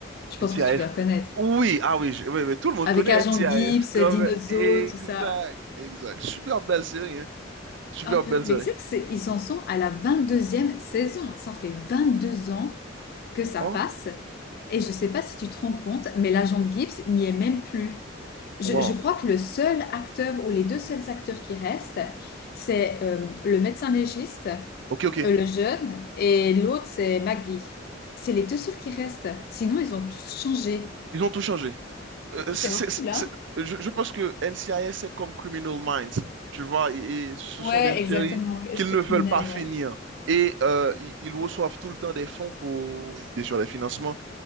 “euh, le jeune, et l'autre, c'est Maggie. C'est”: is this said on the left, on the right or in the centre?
Left